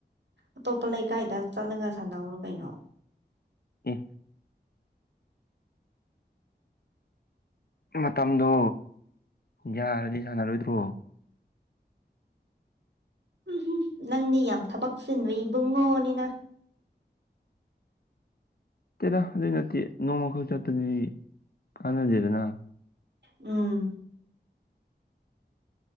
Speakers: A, on the right; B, on the left.
A: ꯑꯇꯣꯞꯄ ꯂꯩꯀꯥꯏꯗ ꯆꯠꯂꯒ ꯁꯥꯟꯅꯧꯔꯣ ꯀꯩꯅꯣ
B: ꯑꯦ ꯃꯇꯝꯗꯣ ꯌꯥꯔꯗꯤ ꯁꯥꯟꯅꯔꯣꯏꯗ꯭ꯔꯣ
A: ꯎꯝꯍꯝ ꯅꯪꯗꯤ ꯌꯥꯝ ꯊꯕꯛ ꯆꯤꯟꯕ ꯏꯕꯨꯡꯉꯣꯅꯤꯅ
B: ꯇꯦꯗ ꯑꯗꯨꯢ ꯅꯠꯇꯦ ꯅꯣꯡꯃꯈꯛ ꯆꯠꯄꯗꯨꯗꯤ ꯀꯥꯟꯅꯗꯦꯗꯅ
A: ꯎꯝ